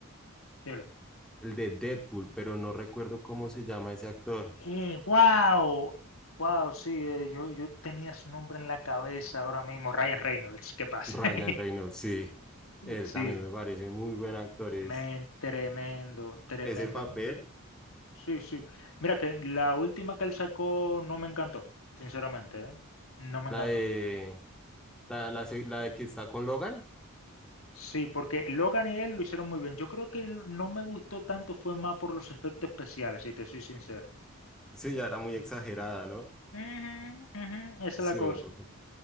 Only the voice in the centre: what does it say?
El de Deadpool, pero no recuerdo cómo se llama ese actor.
Ryan
Reynolds, sí. Él
también me parece muy buen actor. Es
ese papel,
la
de La, la, se- la de que está con Logan.
Sí, ya era muy exagerada, ¿no?
Sí,
un poco.